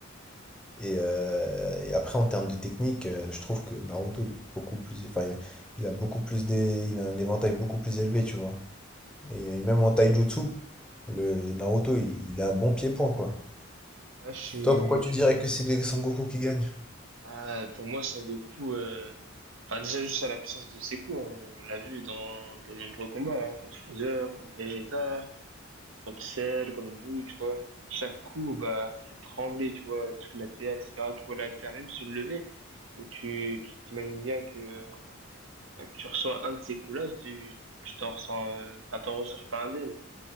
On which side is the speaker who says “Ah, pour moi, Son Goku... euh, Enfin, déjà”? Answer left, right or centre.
Right